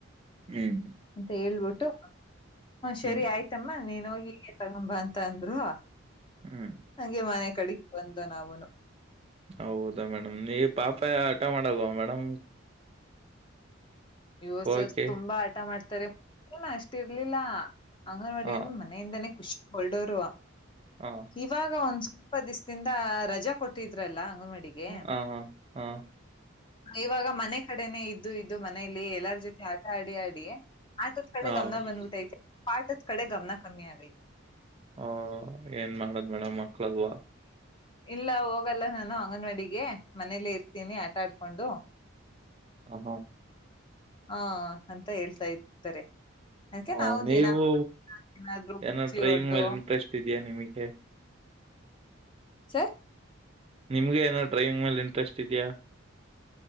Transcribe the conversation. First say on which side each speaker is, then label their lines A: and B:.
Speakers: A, on the right; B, on the left.
A: ಹ್ಮ್
B: ಅಂತ ಹೇಳ್ಬಿಟ್ಟು ಹ ಸರಿ
A: ಹ್ಮ್
B: ಆಯ್ತಮ್ಮ ನೀನ್ ಹೋಗಿ ಹಗೆ ತಗೊಂಬ ಅಂತ ಅಂದ್ರು.
A: ಹ್ಮ್
B: ಹಂಗೆ ಮನೆ ಕಡೆಗೆ ಬಂದು ನವುನು.
A: ಹೌದಾ ಮೇಡಮ್ ನೀ ಪಾಪ ಆಟ ಮಾಡಲ್ವಾ ಮೇಡಮ್.
B: ಅಯ್ಯೋ
A: ಓಕೆ
B: ಸರ್ ತುಂಬಾ ಆಟ ಮಾಡ್ತಾರೆ ಅಷ್ಟಿ ಇರ್ಲಿಲ್ಲ. ಅಂಗನವಾಡಿ
A: ಹಾ
B: ಅಂದ್ರೆ ಮನೆಯಿಂದನೇ ಖುಷ ಹೊಲ್ಡೋರು
A: ಹಾ
B: ಇವಾಗ ಒಂದ್ ಇಪ್ಪತ್ ದಿವಿಸದಿಂದ ರಜ ಕೊಟ್ಟಿದ್ರಲ್ಲ. ಅಂಗನವಾಡಿಗೆ
A: ಹಾ ಹಾ ಹಾ
B: ಇವಗ ಮನೆ ಕಡೆ ಇದ್ದು ಇದ್ದು. ಮನೇಲಿ ಎಲ್ಲಾರ ಜೊತೆ ಆಟ ಆಡಿ ಆಡಿ. ಆಟದ ಕಡೆ
A: ಹಾ
B: ಗಮನ ಬಂದ್ಬಿಟ್ಟೈತಿ ಪಾಠದ ಕಡೆ ಗಮನ ಕಮ್ಮಿ ಆಗೈತಿ.
A: ಹ ಏನ್ ಮಾಡದ್ ಮೇಡಮ್ ಮಕ್ಳಲ್ವಾ.
B: ಇಲ್ಲ ಹೋಗಲ್ಲ ನಾನು ಅಂಗನವಾಡಿಗೆ ಮನೇಲ್ಲ ಇರ್ತೀನಿ ಆಟ ಆಡ್ಕೊಂಡು.
A: ಹ ಹಾ.
B: ಹಾ ಅಂತ ಹೇಳ್ತಾ ಇರ್ತಾರೆ. ಅದಕ್ಕೆ
A: ಹ
B: ನಾವು
A: ನೀವು.
B: ದಿನ ಏನಾದ್ರು
A: ಏನೋ
B: ಪೂಜಿ
A: ಡ್ರೈವಿಂಗ್
B: ಹೊಡೆದು
A: ಮೇಲೆ ಇಂಟ್ರೆಸ್ಟ್ ಇದೆಯಾ ನಿಮಗೆ.
B: ಸರ್
A: ನಿಮ್ಗೆ ಏನೋ ಡ್ರೈವಿಂಗ್ ಮೇಲೆ ಇಂಟ್ರೆಸ್ಟ್ ಇದೆಯಾ.